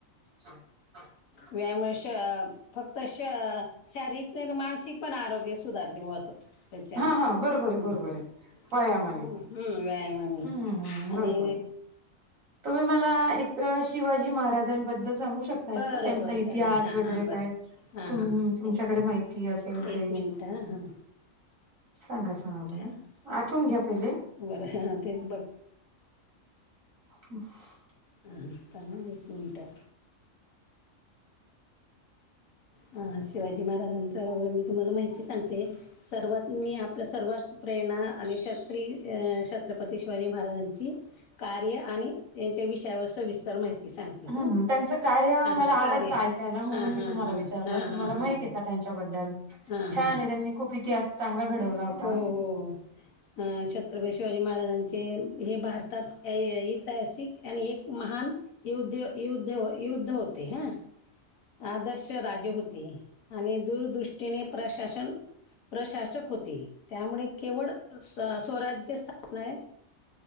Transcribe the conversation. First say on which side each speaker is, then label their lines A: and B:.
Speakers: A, on the right; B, on the left.
A: <unintelligible>
B: व्यायाम श फक्त श शारीरिक नाही तर मानसिक पण आरोग्य सुधारते व असं त्याचानेच
A: हां, हां. बरोबर
B: हम्म
A: आहे, बरोबर
B: हम्म
A: आहे. व्यायामाने.
B: हम्म हम्म व्यायामने
A: हं, हं.
B: आणि
A: बरोबर. तुम्ही मला एक शिवाजी महाराजां बद्दल सांगू शकता
B: बरं
A: का त्यांचा
B: बरं
A: इतिहास
B: ताई हां
A: वगैरे
B: हां
A: काय?
B: बरं हां
A: तुम
B: हां
A: तुमच्याकडे
B: एक मिनिट
A: माहिती असेल
B: एक
A: काही
B: मिनिट हां हां
A: सांगा सांगा
B: एक मिनिट
A: मला
B: हां
A: आठवून घ्या पहिले
B: बरं हां तेच बघ
A: <unintelligible>
B: ह थांब ह एक मिनटं हां शिवाजी महाराजांच्या मी तुम्हाला माहिती सांगते सर्वात मी आपलं सर्वात प्रेरणा आणि श्री छत्रपती शिवाजी महाराजांची कार्य आणि त्यांच्या विषयावर सविस्तर माहिती सांगते
A: ह
B: हं
A: त्यांचं कार्य
B: हां
A: मला
B: हां कार्य
A: आवडतं ऐकायला म्हणून
B: हां
A: मी
B: हां
A: तुम्हाला
B: हां
A: विचारलं
B: हां हां
A: तुम्हाला
B: हां
A: माहित
B: हां
A: आहे का त्यांच्याबद्दल
B: हां हां
A: छान आहे त्यांनी खूप इतिहास चांगला घडवला होता.
B: हो हो अ छत्रपती शिवाजी महाराजांचे हे भारतात ऐतिहासिक आणि एक महान युद्ध युद् युद्ध होते हा आदर्श राजे होते आणि दूरदृष्टीने प्रशासन प्रशासक होती त्यामुळे केवळ स्वराज्य स्थापना आहे